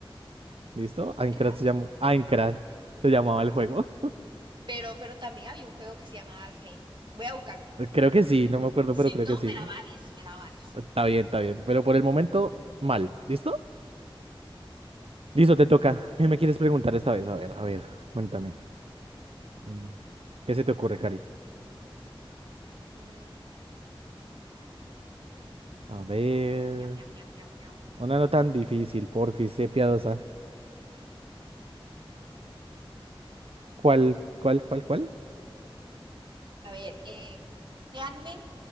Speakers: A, on the right; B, on the right.
A: ¿Listo?
B: Minecraft.
A: Aincrad se llama. Aincrad se llamaba el juego.
B: Pero, pero también había un juego que se llama Alfheim. Voy a buscarlo.
A: <laughs> Creo que sí, no me acuerdo, pero
B: Si
A: creo que
B: no,
A: sí.
B: me la vales, me la vales.
A: Está bien, está bien. Pero por el momento, mal. ¿Listo? Listo, te toca. <laughs> ¿Qué me quieres preguntar esta vez? A ver, a ver, cuéntame. Mm, ¿Qué se te ocurre, Cari?
B: Mm,
A: A ver.
B: ñam, ñam, ñam, ñam, ñam, ñam.
A: Una no tan difícil, porfis, sé piadosa. ¿Cuál, cuál, cuál, cuál?
B: A ver, eh, ¿qué anime